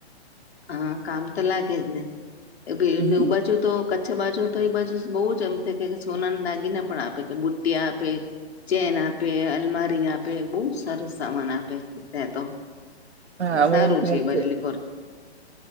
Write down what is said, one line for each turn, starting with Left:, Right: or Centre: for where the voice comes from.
Left: હા કામ તો લાગે જ નેને
Right: હમ
Left: બાજુ તો છા બાજુ તો એ બાજુ બહુ જ એમ થ કે સોનાને દાગીને પણ આપે છે, બુટ્ટિયા આપે ચેન આપે અલમારી આપે બહુ સારું સામાન આપે તતો
Right: હા
Left: એલે
Right: અમુક
Left: સારું
Right: અમુક
Left: છે,
Right: અમુક
Left: બાજલીખોર